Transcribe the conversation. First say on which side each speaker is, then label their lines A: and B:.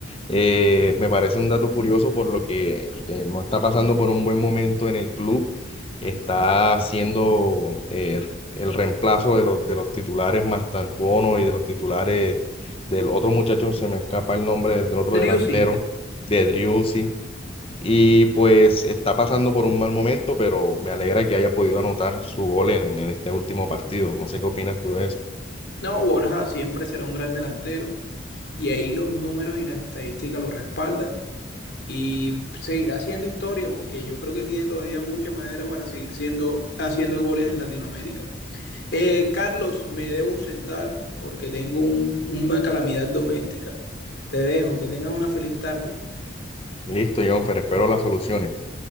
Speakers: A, on the left; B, on the left.
A: eh, me parece un dato curioso por lo que eh, no está pasando por un buen momento en el club está siendo eh, el reemplazo de los, de los titulares Mastantuono y de los titulares del otro muchacho, se me escapa el nombre del, del otro
B: Driussi,
A: delantero, de Driussi. Y pues está pasando por un mal momento, pero me alegra que haya podido anotar su gol en, en este último partido. No sé qué opinas tú de eso.
B: No, Borja siempre será un gran delantero y ahí los números y la estadística lo respaldan y seguirá haciendo historia porque yo creo que tiene todavía mucha madera para seguir siendo, haciendo goles en Latinoamérica. Eh, Carlos, me debo ausentar porque tengo un- una calamidad doméstica. Te dejo, que tengas una feliz tarde.
A: Listo, Jonfer, espero las soluciones.